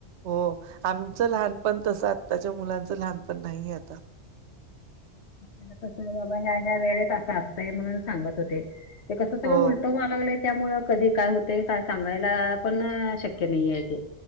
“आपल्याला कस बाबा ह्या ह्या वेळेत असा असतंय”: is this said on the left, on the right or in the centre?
Left